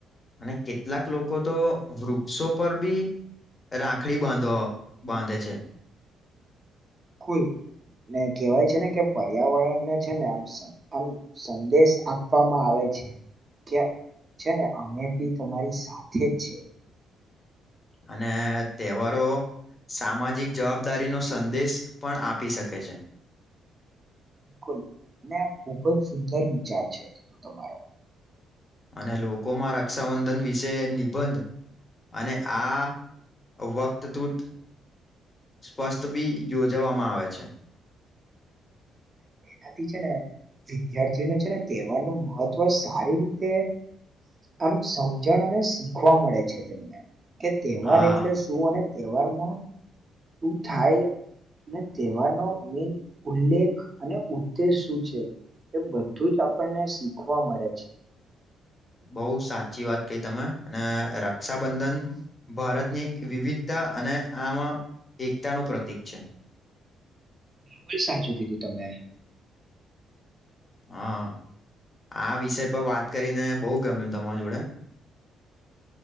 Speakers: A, on the left; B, on the right.
A: અને કેટલાક લોકો તો વૃક્ષો પર બી રાખડી બાંધો બાંધે છે.
B: કુલ ને કહેવાય છે ને કે પર્યાવરણને છે ને આમ આમ સંદેશ આપવામાં આવે ક્યાં છે ને અમે બી તમારી સાથે જ છે.
A: અને તહેવારો સામાજિક જવાબદારીનો સંદેશ પણ આપી શકે છે.
B: બિલકુલ. અને આ ખૂબ જ સુંદર વિચાર છે. તમારો!
A: અને લોકોમાં રક્ષાબંધન વિશે નિબંધ અને આ વક્તતૃત સ્પષ્ટબી યોજવામાં આવે છે. <inaudible>
B: તેથી છે ને વિદ્યાર્થીઓને છે ને તહેવાર નું મહત્વ સારી રીતે આમ સમજણ અને શીખવા મળે છે તેમને કે તહેવાર
A: હા
B: એટલે શું! અને તહેવારમાં શું થાય અને તહેવારનો મેન ઉલ્લેખ અને ઉદ્દેશ શું છે. એ બધું જ આપણને શીખવા મળે છે.
A: બહુ સાચી વાત કહી તમે. અને રક્ષાબંધન ભારતની એક વિવિધતા અને આમ એકતાનું પ્રતીક છે.
B: બિલકુલ સાચું કીધું તમે.
A: હા. આ વિષય પર વાત કરીને બોઉ ગમ્યું તમારા જોડે. <inaudible>